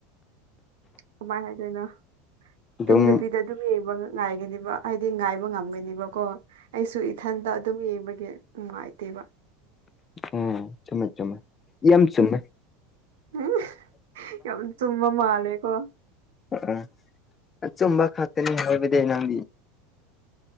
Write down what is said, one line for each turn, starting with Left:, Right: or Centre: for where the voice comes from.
Right: ꯀꯃꯥꯏ ꯍꯥꯏꯗꯣꯏꯅꯣ
Left: ꯑꯗꯨꯝ
Right: ꯇꯨꯝꯗꯕꯤꯗ ꯑꯗꯨꯝ ꯌꯦꯡꯕ ꯉꯥꯏꯒꯅꯤꯕ ꯍꯥꯏꯗꯤ ꯉꯥꯏꯕ ꯉꯝꯒꯅꯤꯕꯀꯣ ꯑꯩꯁꯨ ꯏꯊꯟꯇ ꯑꯗꯨꯝ ꯌꯦꯡꯕꯒꯤ ꯅꯨꯡꯉꯥꯏꯇꯦꯕ
Left: ꯑ ꯆꯨꯝꯃꯦ ꯆꯨꯝꯃꯦ ꯌꯥꯝ ꯆꯨꯃꯦ
Right: <unintelligible> ꯎꯝ ꯌꯥꯝ ꯆꯨꯝꯕꯥ ꯃꯥꯂꯦꯀꯣ
Left: ꯑꯝ ꯑꯆꯨꯝꯝꯕ ꯈꯛꯇꯅꯤ ꯍꯥꯏꯕꯗꯤ ꯅꯪꯗꯤ